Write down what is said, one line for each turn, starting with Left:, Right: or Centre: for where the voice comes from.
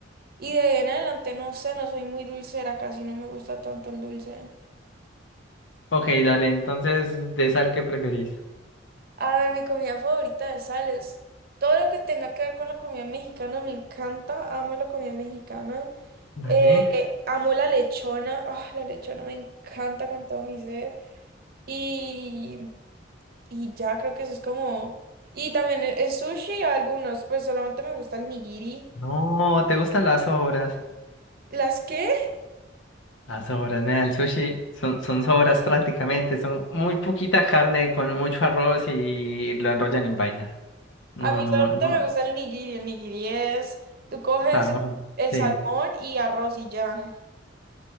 Right: Y de ahí en adelante, no sé, no soy muy dulcera, casi no me gusta tanto el dulce.
Left: Ok, dale, entonces, ¿de sal qué preferís?
Right: A ver, mi comida favorita de sal es todo lo que tenga que ver con la comida mexicana, me encanta, amo la comida mexicana.
Left: Dale.
Right: Eh, amo la lechona, ah, la lechona me encanta con todo mi ser. Y... Y ya creo que eso es como... Y también el el sushi, algunos, pues solamente me gusta el nigiri.
Left: No, ¿te gustan las sobras?
Right: ¿Las qué?
Left: Las sobras, nada, el sushi son, son sobras prácticamente, son muy poquita carne con mucho arroz y lo enrollan en vaina. No,
Right: A mí
Left: no,
Right: solamente
Left: no,
Right: me gusta el nigiri. El nigiri es, tú coges
Left: salmón,
Right: el
Left: sí.
Right: salmón y arroz y ya.